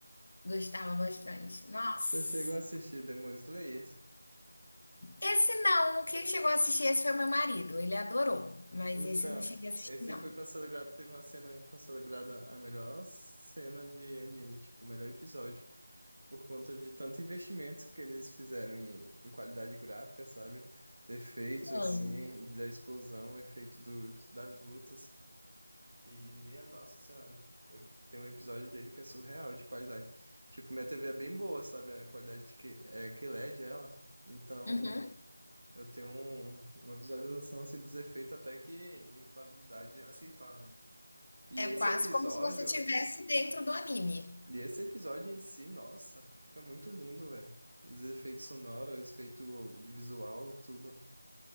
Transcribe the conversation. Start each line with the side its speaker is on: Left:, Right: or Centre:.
Left: Gostava bastante. Nossa.
Right: Você chegou a assistir Demon Slayer?
Left: Esse não, quem chegou a assistir esse foi meu marido, ele adorou, mas
Right: Então,
Left: esse eu não cheguei a assistir
Right: esse
Left: não.
Right: foi consagrado. teve uma cena consagrada a melhor cena de anime, tipo, o melhor episódio. por conta de tanto investimento que eles fizeram em, em qualidade gráfica, sabe? Efeitos, assim,
Left: Hã.
Right: da explosão, efeito dos, das lutas. E, minha Nossa Senhora, eu tenho um episódio dele que é surreal de qualidade. Tipo, minha TV é bem boa, sabe? A qualidade de que, é que LED ela. Então,
Left: Uhum.
Right: eu tenho um- uma visualização, assim, dos efeitos até que em qualidade aceitável. E
Left: É
Right: esse
Left: quase
Right: episódio.
Left: como se você estivesse dentro do anime.
Right: E esse episódio em si, nossa, fica muito lindo, velho. Os efeitos sonoros, os efeitos de visual, tudo.